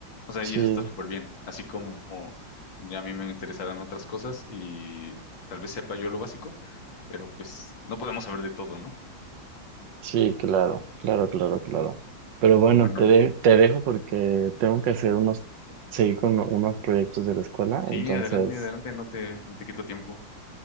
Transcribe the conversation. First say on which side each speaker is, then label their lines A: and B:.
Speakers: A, on the left; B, on the right.
A: O sea,
B: sí,
A: y eso está súper bien. Así como ya a mí me interesarán otras cosas y tal vez sepa yo lo básico, pero pues no podemos saber de todo, ¿no?
B: sí, claro, claro, claro, claro. Pero bueno,
A: Pero bueno,
B: te,
A: Rick,
B: de- te dejo porque tengo que hacer unos, seguir con unos proyectos de la escuela,
A: sí,
B: entonces,
A: adelante, adelante, no te, no te quito tiempo.